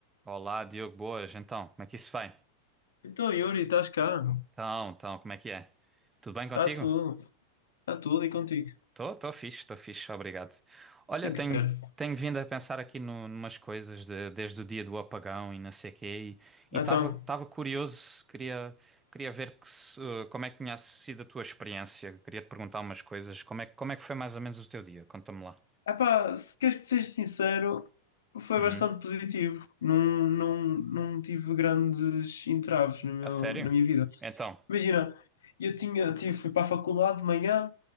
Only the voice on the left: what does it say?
Então, Yuri, estás cá?
Está tudo, está tudo e contigo.
Tem
que ser.
Então,
epá, se queres que te seja sincero, foi
bastante positivo. Não, não, não tive grandes entraves no meu,
na minha vida.
Imagina, eu tinha, tive, fui para a faculdade de manhã,